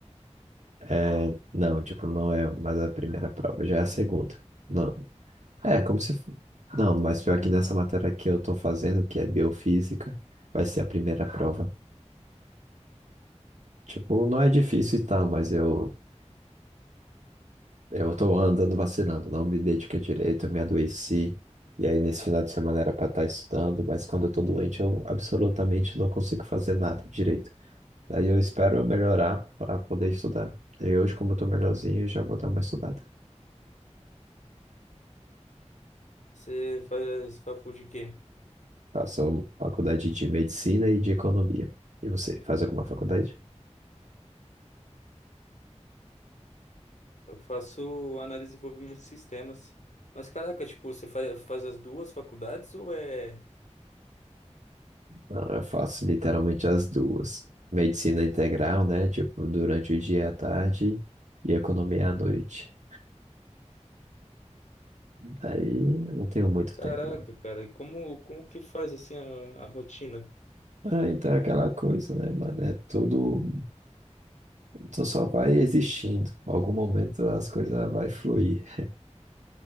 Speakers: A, on the right (about 80°); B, on the left (about 80°).
A: é, não, tipo, não é mais a primeira prova, já é a segunda. Não, É, como se. f- Não, mas pior que nessa matéria que eu tô fazendo, que é biofísica, vai ser a primeira prova. Tipo, não é difícil e tal, mas eu, eu tô andando vacinando, não me dediquei direito, eu me adoeci. E aí, nesse final de semana era pra estar estudando, mas quando eu tô doente, eu absolutamente não consigo fazer nada direito. Daí eu espero eu melhorar para poder estudar. E hoje, como eu tô melhorzinho, eu já vou dar uma estudada.
B: Você faz faculdade de quê?
A: Faço faculdade de medicina e de economia. E você, faz alguma faculdade?
B: Eu faço análise e desenvolvimento de sistemas. Mas caraca, tipo, você faz, faz as duas faculdades ou é,
A: Não, eu faço literalmente as duas. Medicina
B: tipo...
A: integral, né? Tipo, durante o dia e a tarde e economia à noite. Aí eu não tenho muito
B: Caraca,
A: tempo, não.
B: cara, e como, como que faz, assim, a, a rotina?
A: Ah, então é aquela coisa, né, mano? É tudo. Tu só vai existindo. Em algum momento as coisas vai fluir.